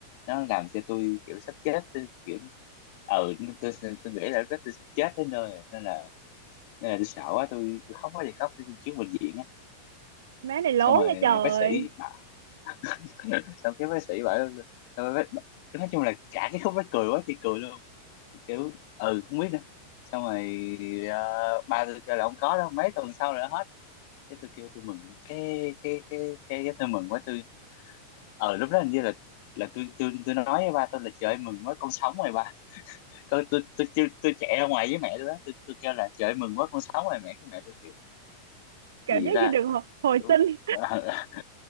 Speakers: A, on the left; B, on the right.
A: nó làm cho tôi kiểu sắp chết tôi kiểu ừ tôi, tôi, tôi nghĩ là lúc đó tôi sắp chết đến nơi rồi. nên là nên là tôi sợ quá tôi, tôi khóc quá thì khóc tôi trước bệnh viện á
B: má này lố
A: xong rồi
B: nha trời
A: bác sĩ bảo- <laughs> xong cái bác sĩ bảo xong rồi bác, bác, cái nói chung là cả cái khúc đó cười quá chị cười luôn kiểu ừ không biết nữa xong rồi ờ, ba tôi kêu là không có đâu mấy tuần sau là nó hết cái tôi kêu tôi mừng cái cái cái cái, cái tôi mừng quá tôi ờ lúc đó hình như là là tôi tôi tôi nói với ba tôi là trời ơi, mừng quá con sống rồi ba tôi tôi tôi tôi, tôi chạy ra ngoài với mẹ tôi đó tôi tôi kêu là trời ơi, mừng quá con sống rồi mẹ cái mẹ tôi kiểu
B: cảm
A: gì
B: giác
A: ra
B: như được hồi, hồi
A: kiểu,
B: sinh
A: <laughs>